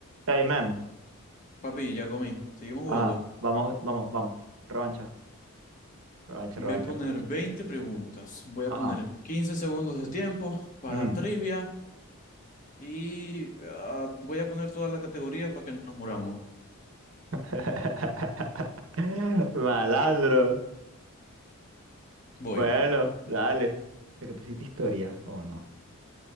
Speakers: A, on the right; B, on the left.
A: Hey, man.
B: Papi, ya comí. Seguimos jugando.
A: Ajá. Vamos, vamos, vamos. Revancha. Revancha,
B: Voy
A: revancha,
B: a poner
A: revancha.
B: 20 preguntas. Voy a
A: Ajá.
B: poner 15 segundos de tiempo para
A: Mm.
B: trivia y ah, voy a poner todas las categorías para que nos muramos.
A: <laughs> Malandro.
B: Voy.
A: Bueno, dale. ¿De que pusiste historia? Oh, no.